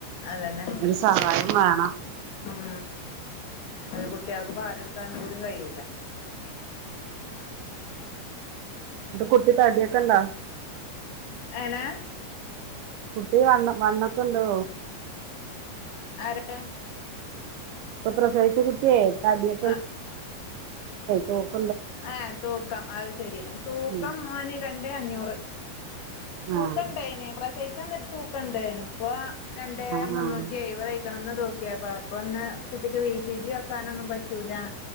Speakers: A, on the left; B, on the right.
A: അതന്നെ-
B: ഒരു സഹായം വേണം
A: ഉം അത് കുട്ടികൾക്ക് പാല കൊടുക്കൻ കൂടി കഴിയൂല-
B: ആഹ് കുട്ടി താടിയക്ക ഉണ്ട?
A: <unintelligible>
B: കുട്ടി വണ് വണ്ണക്കെ ഉണ്ടോ?
A: ആരുടെ?
B: ഇപ്പോ പ്രസവിച്ച കുട്ടി കുട്ട തടി
A: ആഹ്
B: തൂക്കുക ഉണ്ടോ?
A: ആഹ് ഏ്ഹ തൂക്കം അത് ശെരി തൂക്കം
B: ഉം
A: മോനെ രണ്ട് അഞ്ഞൂറ്- തൂക്കുണ്ടേന
B: ആഹ്
A: പ്രസയിച്ചന്നിട്ട് തൂക്കുണ്ട് ഇപ്പോ രണ്ട്
B: ആഹ്
A: മുന്നൂറ്റി
B: ആഹ്
A: എഴുപത <unintelligible> അപ്പ അപ്പൊ ഒന്ന് കുട്ടിക്ക് വി സി ജി ഒക്കാന ഒന്നും പറ്റൂല-